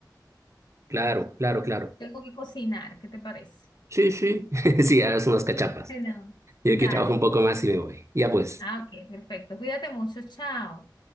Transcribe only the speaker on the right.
claro, claro, claro.
Sí, sí, <laughs> sí, haz unas cachapas.
Yo
aquí trabajo un poco más y me voy. Ya pues.